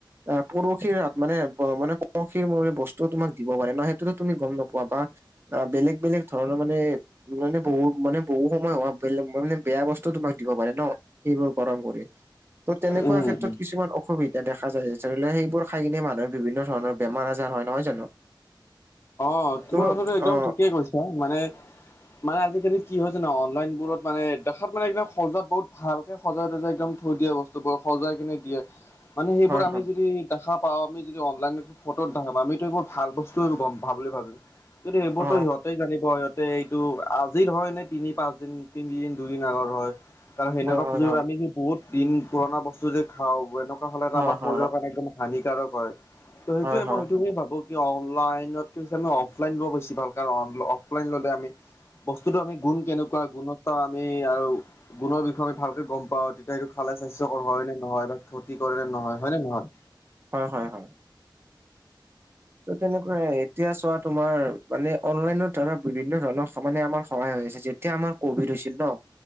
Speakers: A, on the right; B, on the left.
A: এ পৰখীৰ ভাত মানে ব মানে পৰখী বনোৱা বস্তুও তোমাক দিব পাৰে ন সেইটোটো তুমি গম নোপোৱা বা আ বেলেগ বেলেগ ধৰণৰ মানে মানে বহুত মানে বহু সময় হোৱা বেলেগ মানে বেয়া বস্তু তোমাক দিব পাৰে ন এইবোৰ গৰম কৰি ত' তেনেকুৱা
B: উম,
A: ক্ষেত্ৰত
B: উম।
A: কিছুমান অসুবিধা দেখা যায় ধৰিলোৱা সেইবোৰ খাই কিনে মানুহে বিভিন্ন ধৰণৰ বেমাৰ আজাৰ হয় নহয় জানো?
B: অ তোমাৰ
A: ত'
B: কথাটো একদম
A: অ
B: ঠিকেই কৈছা মানে মানে আজিকালি কি হয় জানা অনলাইনবোৰত মানে দেখাত মানে একদম সজাত বহুত ভাল সজাই তজাই একদম থৈ দিয়ে বস্তুবোৰ সজাই কিনে দিয়ে মানে সেইবোৰ
A: হয়
B: আমি
A: হয়
B: যদি দেখা পাওঁ আমি যদি অনলাইনতো ফটোত দেখা পাওঁ আমিতো সেইবোৰ ভাল বস্তু গম ভা বুলি ভাবিম কিন্তু সেইবোৰতো
A: অ
B: সিহতেই জানিব সিহঁত টে এইটো আজিৰ হয় নে তিনি পাঁচ দিন তিনিদিন দুইদিন আগৰ হয়। কাৰণ সেনেকুৱা
A: হয়
B: পুজৰ
A: হয়
B: আমি যে বহুত দিন পুৰণা বস্তু যে খাওঁ এনেকুৱা হ'লে
A: হয়
B: আমাৰ
A: হয়
B: শৰীৰৰ কাৰণে একদম হানিকাৰক হয় ত সেইটোয়ে
A: হয় হয় হয়
B: মই সেইটোকেই ভাবো অনলাইনতকে বেছি আমি অফলাইন লোৱা বেছি ভাল কাৰণ অনলাইন অফলাইন ল'লে আমি বস্তুতটো আমি গুণ কেনেকুৱা গুণতা আমি আৰু গুণৰ বিষয়ে আমি ভালকে গম পাওঁ। তেতিয়া এইটো খালে স্বাস্থ্যকৰ হয় নে নহয় বা ক্ষতি কৰে নে নহয় হয় নে নহয়?
A: হয় হয় হয় ত' তেনেকুৱাই এতিয়া চোৱা তোমাৰ মানে অনলাইনত ধৰা বিভিন্ন ধৰণৰ সমানে আমাৰ সহায় হৈ আছে যেতিয়া আমাৰ ক'ভিড হৈছিল ন